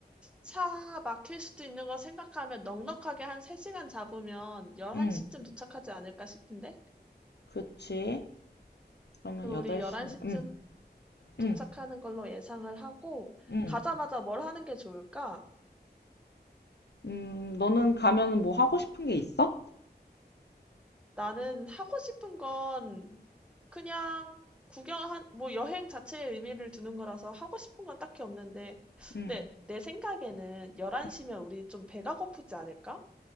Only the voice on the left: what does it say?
응,
그치. 그러면
8시.
응,
응,
응.
음, 너는 가면은 뭐 하고 싶은 게 있어?
응,
응.